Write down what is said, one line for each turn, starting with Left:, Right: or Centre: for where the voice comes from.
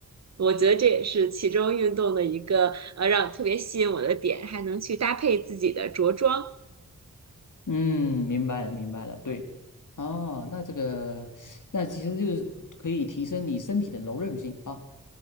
Right: 我觉得这也是其中运动的一个呃让特别吸引我的点，还能去搭配自己的着装。
Left: 嗯，明白了，明白了，对。哦，那这个，那其实就是可以提升你身体的柔韧性啊。